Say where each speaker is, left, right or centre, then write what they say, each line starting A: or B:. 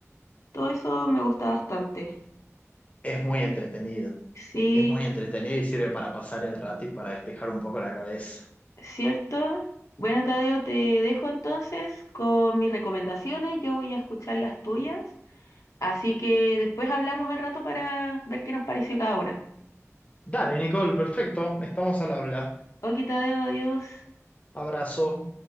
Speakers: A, on the left; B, on the left.
A: todo eso me gusta bastante.
B: Es muy entretenido.
A: Sí.
B: Es muy entretenido y sirve para pasar el rato y para despejar un poco la cabeza.
A: ¿Cierto? Bueno, Tadeo, te dejo entonces con mis recomendaciones. Yo voy a escuchar las tuyas. Así que después hablamos al rato para ver qué nos pareció cada una.
B: Dale, Nicole, perfecto. Estamos al habla.
A: Ok, Tadeo, adiós.
B: Abrazo.